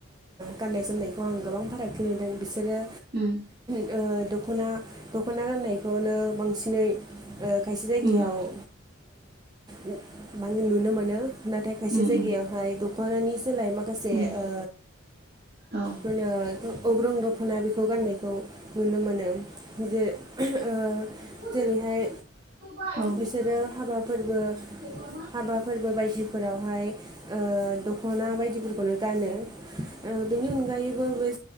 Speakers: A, on the right; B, on the right.
A: गाननाय जोमनायखौ आं गोबां फारागथि नुदों बिसोरो
B: उम
A: दख'ना दख'ना गाननायखौनो बांसिनै खायसे जायगायाव
B: उम उम
A: ओ गोबां नुनो मोनो नाथाय खायसे
B: उम उम
A: जायगायावहाय दख'नानि सोलाय माखासे
B: उम
A: मा
B: औ
A: होनो अग्रुं दख'ना बेखौ गाननायखौ नुनो मोनो जेरै ओ
B: औ
A: जेरैहाय
B: औ औ उम
A: बिसोरो हाबा फोरबो
B: उम
A: हाबा फोरबो बायदिफोरावहाय दख'ना बायदिफोरखौनो गानो बेनि अनगायैबो बे